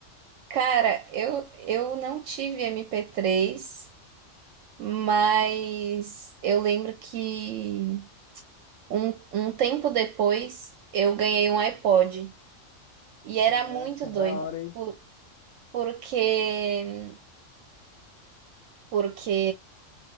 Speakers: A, on the right; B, on the left.
A: Cara, eu, eu não tive mp três, mas eu lembro que um, um tempo depois eu ganhei um iPod, e era
B: Caraca,
A: muito
B: da
A: doido,
B: hora, hein?
A: por- porque Porque